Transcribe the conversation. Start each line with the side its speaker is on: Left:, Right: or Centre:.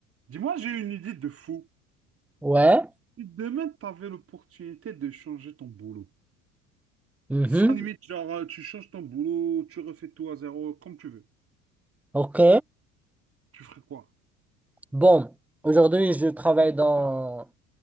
Right: Dis-moi, j'ai une idée de fou.
Centre: Ouais.
Right: Si demain, tu avais l'opportunité de changer ton boulot,
Centre: mhm,
Right: sans limite, genre, euh, tu changes ton boulot, tu refais tout à zéro, comme tu veux,
Centre: OK.
Right: tu ferais quoi?
Centre: Bon, aujourd'hui, je travaille dans,